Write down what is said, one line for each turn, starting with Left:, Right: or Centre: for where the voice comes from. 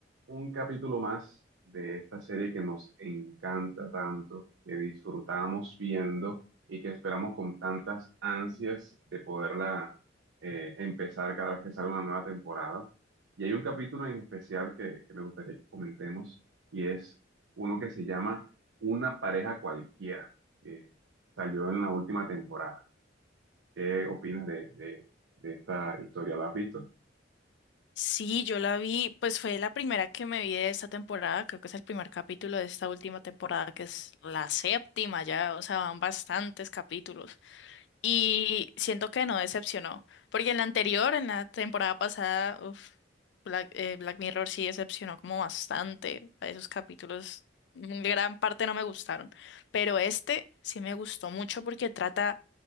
Right: un capítulo más de esta serie que nos encanta tanto, que disfrutamos viendo y que esperamos con tantas ansias de poderla eh, empezar cada vez que sale una nueva temporada. Y hay un capítulo en especial que, que me gustaría que comentemos y es uno que se llama Una pareja cualquiera, que salió en la última temporada. ¿Qué opinas de, de- de esta historia? ¿La has visto?
Left: Sí, yo la vi, pues fue la primera que me vi de esta temporada, creo que es el primer capítulo de esta última temporada, que es la séptima ya, o sea, van bastantes capítulos. Y siento que no decepcionó, porque en la anterior, en la temporada pasada, uf, Black, eh, Black Mirror sí decepcionó como bastante, a esos capítulos, mm, gran parte no me gustaron, pero este sí me gustó mucho porque trata